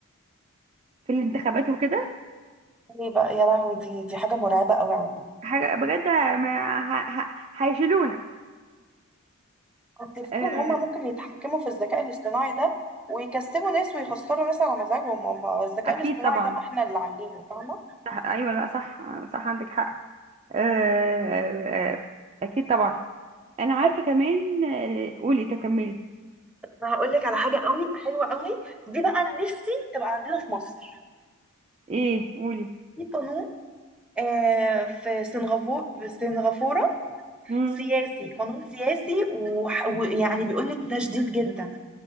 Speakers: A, on the right; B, in the centre.
A: في الانتخابات وكده
B: ايه بقى يا لهوي دي دي حاجة مرعبة قوي على فكرة
A: حاجة بجد ه- ما- ه- ه- هيشيلونا
B: تفتكر
A: آه،
B: ان هم ممكن يتحكموا في الذكاء الاصطناعي ده ويكسبوا ناس ويخسروا ناس على مزاجهم هم الذكاء
A: اكيد
B: الاصطناعي
A: طبعا
B: ده ما احنا اللي عاملينه فاهمة
A: صح ايوه لا صح صح عندك حق آه، آه، آه، اكيد طبعا انا عارفه
B: طب
A: كمان آه، قولي تكملي
B: انا هقول لك على حاجة قوي حلوة قوي دي بقى انا نفسي تبقى عندنا في مصر
A: ايه قولي
B: في قانون آه في سنغافورة في سنغافورة
A: مم.
B: سياسي قانون سياسي وح- ويعني بيقول لك ده شديد جدا